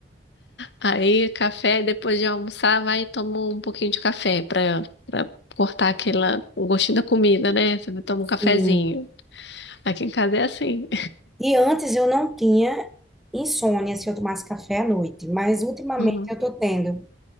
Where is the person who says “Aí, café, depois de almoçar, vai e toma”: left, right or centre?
Left